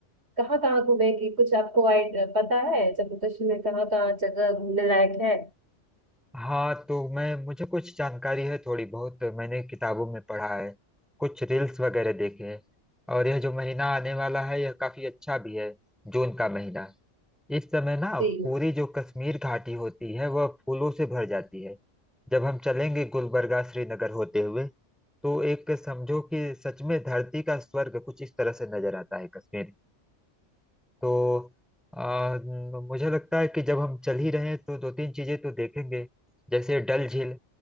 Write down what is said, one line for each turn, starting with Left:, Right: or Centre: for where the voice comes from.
Right: कहाँ कहाँ घूमेंगे कुछ आपको आइड- पता है जम्मू कश्मीर में कहाँ कहाँ जगह घूमने लायक है
Centre: हाँ तो मैं मुझे कुछ जानकारी है थोड़ी बहुत मैंने किताबों में पढ़ा है कुछ रील्स वगैरह देखे हैं और यह जो महीना आने वाला है यह काफी अच्छा भी है जून का महीना इस समय ना
Right: जी
Centre: पूरी जो कश्मीर घाटी होती है वह फूलों से भर जाती है जब हम चलेंगे गुलबर्गा श्रीनगर होते हुए तो एक समझो कि सच में धरती का स्वर्ग कुछ इस तरह से नजर आता है कश्मीर तो आ, न- मुझे लगता है कि जब हम चल ही रहे हैं तो दो तीन चीजें तो देखेंगे जैसे डल झील